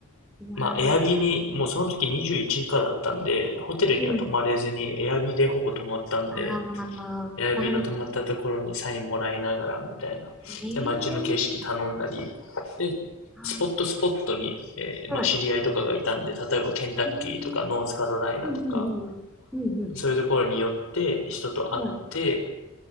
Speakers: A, in the centre; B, on the left.
A: うわ
B: まあエアビーに、
A: ー。
B: もうその時21以下だったんで、ホテルには泊まれずにエアビーでほぼ泊まったんで、
A: うん。ああ、
B: エアビーの泊まったところにサインもらいながらみたいな。
A: なるほど。ええー
B: で、街の景色頼んだり、で、
A: あ
B: スポットスポットに、えーまあ知り合いとかがいたんで、
A: ー、はい。
B: 例えばケンタッキーとかノースカロライナとか、
A: うん、うんうんうん。うん
B: そういうところに寄って人と会って、
A: うん、はい。